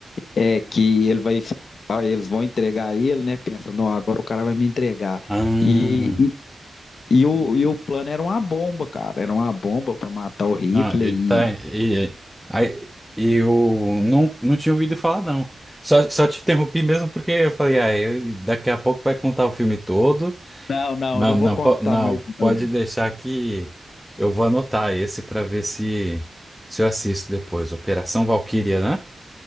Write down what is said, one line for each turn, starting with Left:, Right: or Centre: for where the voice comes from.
Left: é que ele vai, ah, eles vão entregar ele, né? Pensa, não, agora o cara vai me entregar.
Centre: Ah,
Left: E, e, e o, e o plano era uma bomba, cara. Era uma bomba para matar o Hitler
Centre: não, ele
Left: e...
Centre: tá. E, aí, eu não, não tinha ouvido falar, não. Só, só te interrompi mesmo porque eu falei, ah, eu- daqui a pouco vai contar o filme todo.
Left: Não, não,
Centre: Não,
Left: não
Centre: não,
Left: vou contar
Centre: po- não,
Left: mais
Centre: pode
Left: não.
Centre: deixar que eu vou anotar esse para ver se, se eu assisto depois. Operação Valquíria, né?